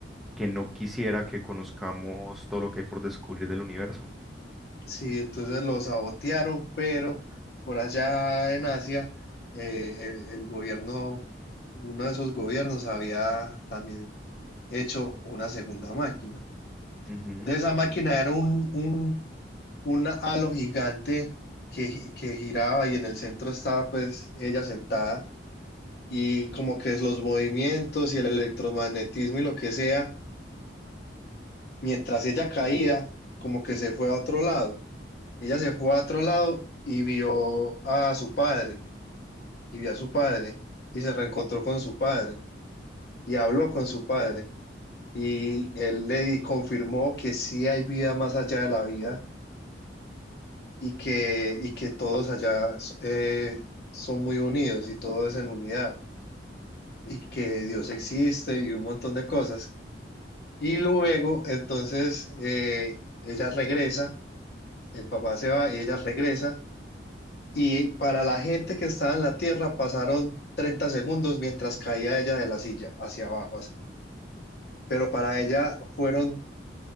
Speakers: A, in the centre; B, on the left.
A: que no quisiera que conozcamos todo lo que hay por descubrir del universo.
B: Sí, entonces lo sabotearon, pero por allá en Asia, eh, el, el gobierno, uno de esos gobiernos había también hecho una segunda máquina.
A: Ujú.
B: Entonces, Esa máquina era un, un un halo gigante que, gi- que giraba y en el centro estaba pues ella sentada y como que es los movimientos y el electromagnetismo y lo que sea, mientras ella caía, como que se fue a otro lado. Ella se fue a otro lado y vio a su padre y vio a su padre y se reencontró con su padre y habló con su padre y él le di- confirmó que sí hay vida más allá de la vida y que, y que todos allá eh, son muy unidos y todo es en unidad y que Dios existe y un montón de cosas. Y luego, entonces, eh, ella regresa, el papá se va y ella regresa y para la gente que estaba en la tierra pasaron 30 segundos mientras caía ella de la silla hacia abajo, así. pero para ella fueron